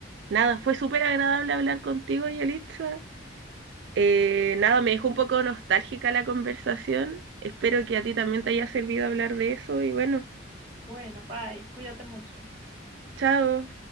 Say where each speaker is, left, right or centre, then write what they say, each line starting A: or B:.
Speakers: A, on the right; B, on the right.
A: nada, fue súper agradable hablar contigo, Yelitza. Eh, nada, me dejó un poco nostálgica la conversación. Espero que a ti también te haya servido hablar de eso y bueno,
B: Bueno, bye, cuídate mucho.
A: chao.